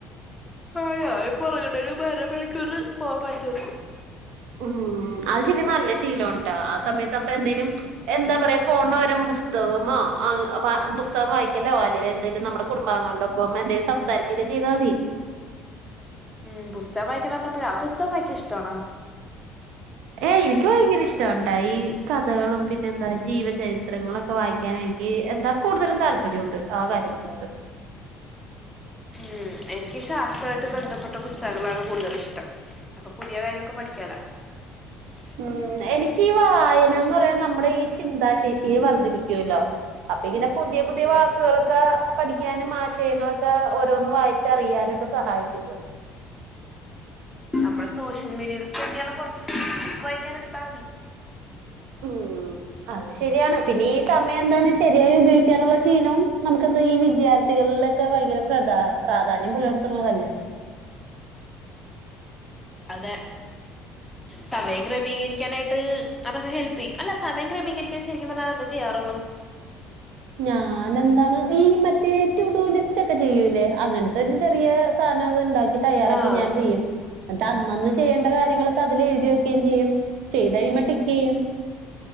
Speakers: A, in the centre; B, on the right.
A: ആഹ് ഞാൻ ഇപ്പൊ ഒറങ്ങ്ണേന് മുമ്പ് അര മണിക്കൂറ് ഫോൺ മാറ്റി വെക്കും
B: ഉം അത് ശരിക്കും നല്ല ശീലം ആണ് ട്ടാ ആ സമയത്ത് അപ്പൊ എന്തേലും എന്താ പറയാ ഫോണിന് പകരം പുസ്തകമോ അഹ് വാ പുസ്തകം വായിക്കലോ അല്ലേല് എന്തേലും നമ്മടെ കുടുംബാഗങ്ങളുടെ ഒ പ്പം എന്തേലും സംസാരിക്കൊക്കെ ചെയ്താ മതി
A: ഉം പുസ്തകം വായിക്കാ പർഞ്ഞപ്പഴാ പുസ്തകം വായിക്കാൻ ഇഷ്ട്ടാണോ
B: ഏഹ് എനിക്ക് ഭയങ്കര ഇഷ്ടണ്ടായി ഈ കഥകളും പിന്നെ എന്താ ജീവചരിത്രങ്ങളൊക്കെ വായിക്കാൻ എനിക്ക് എന്താ കൂടുതലും താല്പര്യമുണ്ട് ആ കാര്യങ്ങളോട്
A: ഉം എനിക്ക് ശാസ്ത്രായിട്ട് ബന്ധപ്പെട്ട പുസ്തകങ്ങളാണ് കൂടുതലിഷ്ടം അപ്പൊ പുതിയ കാര്യൊക്കെ പഠിക്കാലോ <inaudible>
B: ഉം എനിക്ക് ഈ വായന എന്ന് പറയാ നമ്മുടെ ഈ ചിന്താ ശേഷിയെ വർദ്ധിപ്പിക്കൂല്ലോ അപ്പൊ ഇങ്ങനെ പുതിയ പുതിയ
A: ഉം
B: വാക്കുകള് ക്കെ പഠിക്കാനും ആശയങ്ങളൊക്കെ ഓരോന്ന് വായിച്ചറിയാനൊക്കെ സഹായിക്കുന്നു
A: നമ്മള് സോഷ്യൽ മീഡിയയിൽ സ്പെൻഡ് ചെയ്യണ <unintelligible> കൊറച്ച്ക്ക് വായിക്കാൻ എടുത്താമതി
B: ഉം അത് ശരിയാണ് പിന്നെ ഈ സമയം എന്താണ് ശരിയായി ഉപയോഗിക്കാനുള്ള ശീലവും നമുക്കെന്താ ഈ വിദ്യാർത്ഥികളില് ക്കെ ഭയങ്കര പ്രധാ പ്രാധാന്യം പുലർത്തുന്നതല്ലേ
A: അതെ സമയം ക്രമീകരിക്കാനായിട്ട് അതൊക്കെ ഹെൽപ്പെയ്യും അല്ല സമയം ക്രമീകരിക്കാൻ ശരിക്കും പറഞ്ഞാ എന്താ ചെയ്യാറുള്ളത്
B: ഞാനെന്താണ് ഈ മറ്റേ റ്റുടൂലിസ്റ്റ് ഒക്കെ ചെയ്യൂലേ അങ്ങനത്തെ ഒരു ചെറിയ സാനം അത് ഇണ്ടാ കി തയ്യാറാക്കി
A: ആഹ്
B: ഞാൻ ചെയ്യും എന്നട്ട് അന്നന്ന് ചെയ്യേണ്ട കാര്യങ്ങളൊക്കെ അതിൽ എഴുതി വെക്കുകയും ചെയ്യും ചെയ്തെഴിയുമ്പോ ടിക്കെയ്യും